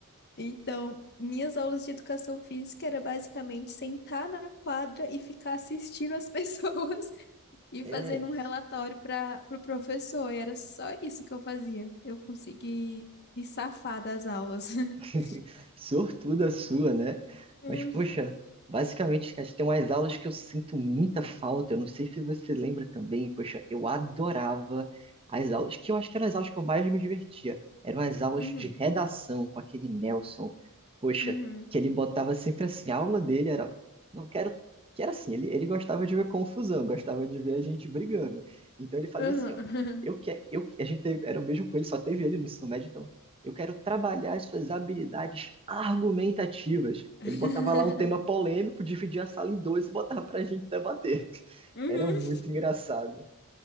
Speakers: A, on the left (about 50°); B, on the right (about 25°).
A: Então, minhas aulas de educação física era basicamente sentar na quadra e ficar assistindo as <laughs> pessoas e
B: É,
A: fazendo um relatório para o pro professor. E era só isso que eu fazia. Eu consegui me safar das aulas. <laughs>
B: <laughs> Sortuda sua, né?
A: Hum,
B: Mas, poxa, basicamente, cara, tem umas aulas que eu sinto muita falta. Eu não sei se você lembra também. Poxa, eu adorava as aulas, que eu acho que eram as aulas que eu mais me divertia. Eram as aulas
A: uhum,
B: de redação com aquele Nelson. Poxa,
A: uhum,
B: que ele botava sempre assim, a aula dele era. Não quero. Que era assim, ele, ele gostava de ver confusão, gostava de ver a gente brigando. Então ele fazia
A: uhum,
B: assim, ó. Eu que, eu, a gente teve, era o mesmo com ele, só teve ele no ensino médio, então eu quero trabalhar as suas habilidades argumentativas.
A: <laughs>
B: Ele botava lá um tema polêmico, dividia a sala em dois e botava para a gente debater.
A: uhum.
B: Era muito engraçado.